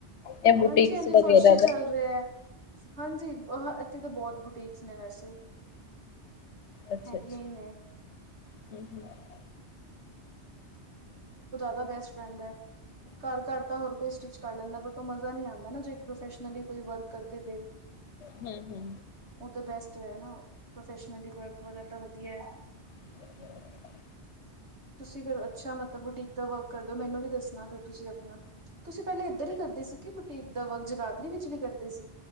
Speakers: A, on the left; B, on the right.
A: ਇਹ ਬੁਟੀਕਸ
B: ਹਾਂ ਜੀ ਹਾਂ ਜੀ
A: ਵਗੈਰਾ
B: ਫਰਸ਼ੀ ਚੱਲ
A: ਦਾ
B: ਰਿਹਾ ਹੈ। ਹਾਂ ਜੀ ਹਾਂ ਇੱਥੇ ਤਾਂ ਬਹੁਤ ਬੁਟੀਕਸ ਨੇ ਵੈਸੇ।
A: ਅੱਛਾ
B: ਹੈਗੀਆਂ
A: ਅੱਛਾ
B: ਹੀ ਨੇ।
A: <inaudible>
B: ਦਾ ਬੈਸਟ ਰਹਿੰਦਾ ਹੈ। ਘਰ ਘਰ ਤਾਂ ਹਰ ਕੋਈ ਸਟਿਚ ਕਰ ਲੈਂਦਾ। ਬਟ ਉਹ ਮਜ਼ਾ ਨਹੀਂ ਆਉਂਦਾ ਨਾ ਜੇ ਪ੍ਰੋਫੈਸ਼ਨਲੀ ਕੋਈ ਵਰਕ ਕਰਕੇ ਦੇ।
A: ਹੂੰ ਹੂੰ।
B: ਉਹ ਤਾਂ ਬੈਸਟ ਹੈਂ ਨਾ ਪ੍ਰੋਫੈਸ਼ਨਲੀ ਵਰਕ ਵਾਲਾ ਤਾਂ ਵਧੀਆ ਹੈ।
A: <inaudible>
B: ਤੁਸੀਂ ਫੇਰ ਅੱਛਾ ਮਤਲਬ ਬੁਟੀਕ ਦਾ ਵਰਕ ਕਰ ਦੇ ਹੋ। ਮੈਨੂੰ ਵੀ ਦੱਸਣਾ ਫਿਰ ਤੁਸੀਂ ਆਪਣਾ। ਤੁਸੀਂ ਪਹਿਲੇ ਇੱਧਰ ਹੀ ਕਰਦੇ ਸੀ ਕਿ ਬੁਟੀਕ ਦਾ ਵਰਕ ਜਗਾਧਰੀ ਵਿੱਚ ਵੀ ਕਰਦੇ ਸੀ।